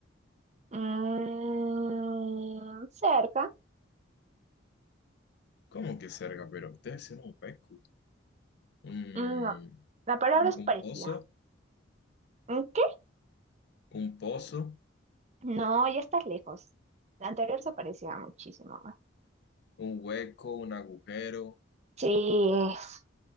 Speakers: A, on the right; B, on the left.
A: Mm, cerca.
B: ¿Cómo que cerca? Pero ustedes hicieron un hueco. Un,
A: Mm, no. La palabra
B: un
A: es parecida.
B: pozo.
A: ¿Mm, ¿Qué?
B: Un pozo.
A: No, ya estás lejos. La anterior se parecía muchísimo más.
B: Un hueco. Un agujero.
A: Sí, es.